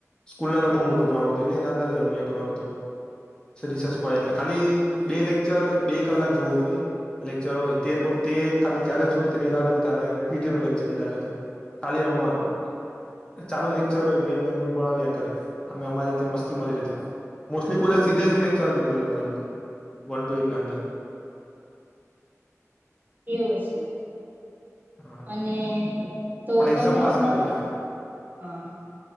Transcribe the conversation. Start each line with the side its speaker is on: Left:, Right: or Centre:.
Left: સ્કૂલના અંદર બહુ મોટું ગ્રાઉન્ડ હતું એટલે એના અંદર જ રમ્યા કરવાનું હતું. રિસેસ પડે એટલે ખાલી બે લેક્ચર બે કલાક જોવાનું એ લેક્ચર હોય તે તે ખાલી ક્યારે છૂટે તે રાહ જોતા અને પીટીનો લેક્ચરની રાહ જોતા ખાલી રમવાનું, ચાલુ લેક્ચર હોય મેમ એમનું ભણાવ્યા કરે અમે અમારી મસ્તીમાં જ રેહતા મોસ્ટલી કોઈને સિરિયસલી લેક્ચર નથી ભર્યો આજુ હુધી વન ટુ એટના અંદર.
Right: એવું છે.
Left: હા
Right: અને તો
Left: પણ એક્ઝામ
Right: તમે
Left: પાસ
Right: તમારા
Left: કરી દેતા
Right: હા